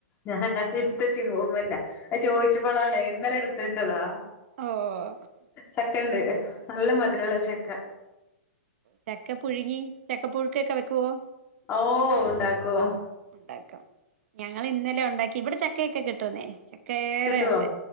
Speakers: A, on the left; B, on the right.
A: ഞാൻ എടുത്തച്ചിന് ഓർമ്മല്ല അത് ചോയിച്ചപ്പോളാണ് ഇന്നലെ എടുത്ത് വെച്ചതാ
B: ഓഹ്
A: ചക്ക ഉണ്ട് നല്ല മധുരമുള്ള ചക്ക
B: ചക്ക പുഴുങ്ങി ചക്ക പുഴുക്കൊക്കെ വെക്കുവോ
A: ഓഹ് ഉണ്ടാക്കും
B: ഉണ്ടാക്കും ഞങ്ങള് ഇന്നലെ ഒണ്ടാക്കി ഇവിടെ ചക്കയൊക്കെ കിട്ടുന്നേ ചക്ക ഏറെയുണ്ട്
A: കിട്ടുവോ